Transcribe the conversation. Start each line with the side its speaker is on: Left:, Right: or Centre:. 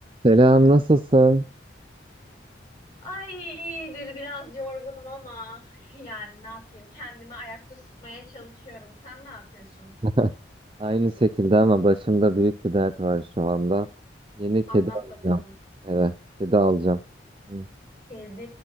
Right: Selam, nasılsın?
Left: Ay iyidir biraz yorgunum ama yani ne yapayım kendimi ayakta tutmaya çalışıyorum. Sen ne yapıyorsun?
Right: <laughs> Aynı şekilde ama başımda büyük bir dert var şu anda. Yeni kedi
Left: Anlat
Right: alacağım.
Left: bakalım.
Right: Evet, kedi alacağım. Hı.
Left: Kedi.